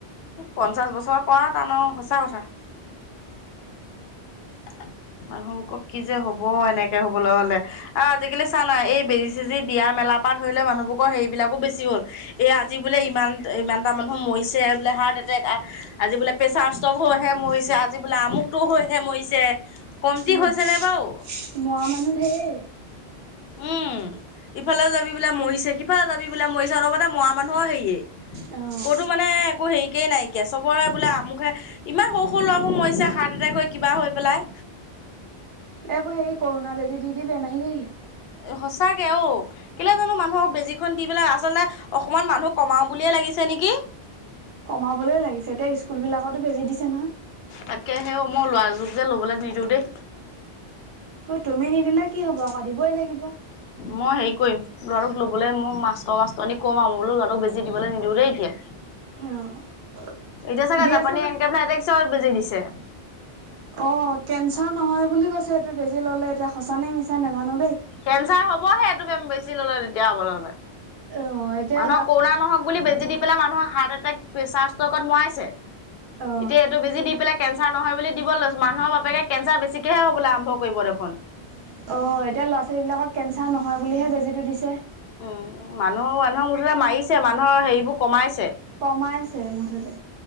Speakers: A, on the left; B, on the right.
A: পঞ্চাছ বছৰ কৰা টানো সঁচা কথা। <unintelligible> মানুহ <unintelligible> কি যে হব এনেকে হবলৈ হলে আৰু আজিকালি চা না এই বেজি চেজি দিয়া মেলা তাপা ধৰিলে মানুহবোৰকো হেৰি বিলাক বেছি হল এই আজি বোলে ইমান-ইমান এটা মানুহ মৰিছে বোলে হাত তাতে একা আজি বোলে প্ৰেচাৰ ষ্ট্ৰক হৈ হে মৰিছে আজি বোলে আমুকটো হৈহে মৰিছে কমটি
B: মৌদ
A: হৈছে নে বাৰু
B: মৰা মানুহ ধেৰ।
A: উম, ইফালে যাবি বোলে মৰিছে, সিফালে যাবি বোলে মৰিছে অলপতে মৰা মানুহৰ হেইয়েই।
B: অ',
A: ক'তো মানে একো হেৰিকেই নাইকিয়া চবৰে বোলে আমুকহে ইমান সৰু-সৰু ল'ৰাবোৰ হাৰ্ট এটেক কৈ কিবা হৈ পেলাই।
B: এইবোৰ সেই কৰোনা বেজী দি -দি বেমাৰী কৰিলে।
A: এ সঁচাকে ঔ কেলে জানো মানুহক বেজীখন দি পেলাই আচলতে অকমান মানুহ কমাও বুলিয়ে লাগিছ চেনেকি
B: কমাবলৈ লাগিছে, এতিয়া স্কুল বিলাকতো বেজি দিছে নহয়।
A: তাকেহেও, মই ল'ৰাটোক যে ল'বলৈ নিদিওঁ দেই।
B: ও তুমি নিদিলে কি হ'ব আকৌ দিবই লাগিব।
A: মই হেৰি কৰিম, ল'ৰাটোক ল'বলৈ মই মাষ্টৰ-মাষ্টৰনীক কম আৰু মোলো ল'ৰাটোক বেজি দিবলৈ নিদিওঁ দেই এতিয়া।
B: অ'।
A: এতিয়া চাগে
B: দি
A: জাপানী
B: আছে ন
A: এনকেফেলাইটিকছৰ বেজি দিছে।
B: অ', কেঞ্চাৰ নহয় বুলি কৈছে এইটো বেজি ল'লে, এতিয়া সঁচানে, মিছা নোজানো দেই।
A: কেঞ্চাৰ হ'বহে এইটো বেম-বেজী ল'লে তেতিয়া হ'বলে হ'লে।
B: অ', এতিয়া
A: মানুহৰ কৰোণা নহওক বুলি বেজি দি পেলাই মানুহৰ হাৰ্ট এটেক, প্ৰেছাৰ ষ্ট'কত মৰাইছে।
B: অ',
A: এতিয়া এইটো বেছি দি পেলাই কেঞ্চাৰ নহয় বুলি দিব লৈছ, মানুহৰ বাপেকে কেঞ্চাৰ বেছিকেহে হ'বলে আৰম্ভ কৰিব দেখোন।
B: অ', এতিয়া ল'ৰা-ছোৱালী বিলাকক কেঞ্চাৰ নহয় বুলিহে বেজিটো দিছ
A: উম, মানুহ-মানুহক মুঠতে মাৰিছে মানুহৰ হেৰিবোৰ কমাইছে।
B: কমাইছে মুঠতে।